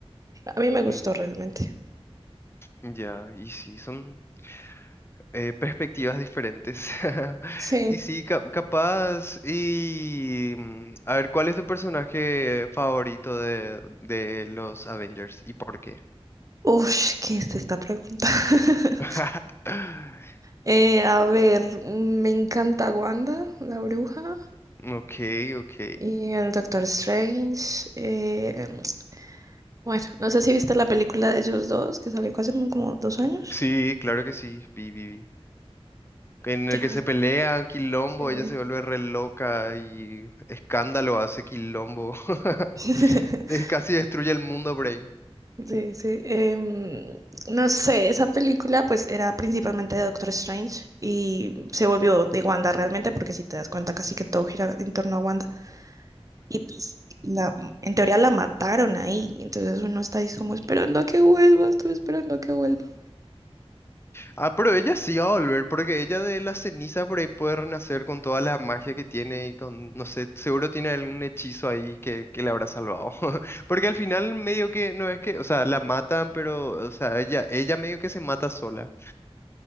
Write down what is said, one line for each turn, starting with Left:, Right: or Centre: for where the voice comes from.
Right: A mí me gustó
Left: Mm,
Right: realmente.
Left: Ya, y sí, son. eh, perspectivas diferentes. <laughs>
Right: Sí.
Left: Y sí, ca- capaz. Y mm, a ver, ¿cuál es tu personaje favorito de, de los Avengers y por qué?
Right: Uf, ¿qué es esta pregunta? <laughs>
Left: <laughs>
Right: Eh, a ver, mm, me encanta Wanda, la bruja.
Left: Ok, ok.
Right: Y el Doctor Strange. eh, em, bueno, no sé si viste la película de ellos dos que salió hace como dos años.
Left: Sí, claro que sí, vi, vi, vi. En
Right: ¿Qué?
Left: el que se pelean, quilombo,
Right: Eh,
Left: ella se vuelve re loca y escándalo hace quilombo. <laughs>
Right: <laughs>
Left: De- casi destruye el mundo, Brain.
Right: Sí, sí. em, no sé, esa película pues era principalmente de Doctor Strange y se volvió de Wanda realmente porque si te das cuenta casi que todo gira en torno a Wanda y pues la, en teoría la mataron ahí, entonces uno está ahí como esperando a que vuelva, estoy esperando a que vuelva.
Left: Ah, pero ella sí va a volver, porque ella de las cenizas por ahí puede renacer con toda la magia que tiene y con, no sé, seguro tiene algún hechizo ahí que, que le habrá salvado. <laughs> Porque al final medio que, no es que, o sea, la matan, pero, o sea, ella, ella medio que se mata sola.